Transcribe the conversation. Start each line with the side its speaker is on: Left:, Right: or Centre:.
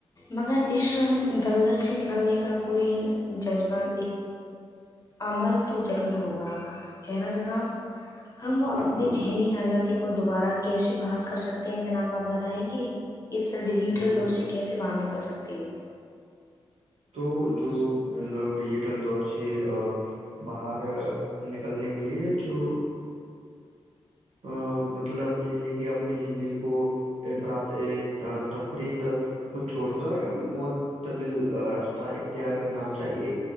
Left: مگر اس دلدل سے نکلنے کا کوئی جذبہ عمل تو ضرور ہوگا ہے نا جناب ہم
Right: بالکل
Left: جہنی
Right: بالکل
Left: آ جاتی کوئی دوبارہ کیسی بھال کر سکتے ہیں جناب آپ بتائیں گے اس ڈیجیٹل
Right: بالکل
Left: دور سے کیس باندنے بل سکتی ہے
Right: تو جو مطلب ڈیجیٹل دور سے باہر نکلنے کے لیے جو ا مطلب یہی ہے کہ اپنی زندگی کو افرط تفریت کو چھوڑ کر معتدل راستہ اختیار کرنا چاہیے